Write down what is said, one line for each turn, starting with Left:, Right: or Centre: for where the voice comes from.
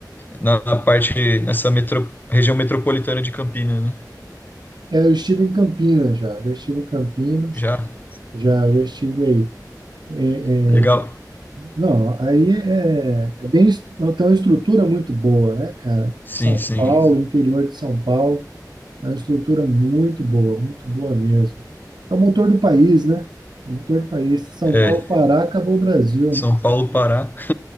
Left: na na parte, nessa metro- região metropolitana de Campinas, né?
Right: É, eu estive em Campinas já. Já estive em Campinas.
Left: Já?
Right: Já, já estive aí. É,
Left: Legal.
Right: é, Não, aí é, é bem, est- tem uma estrutura muito boa, né, cara?
Left: Sim,
Right: São
Left: sim.
Right: Paulo, interior de São Paulo, é uma estrutura muito boa, muito boa mesmo. É o motor do país, né? É o motor do país. Se São
Left: É,
Right: Paulo parar, acabou o Brasil,
Left: São
Right: né?
Left: Paulo, Pará. <laughs>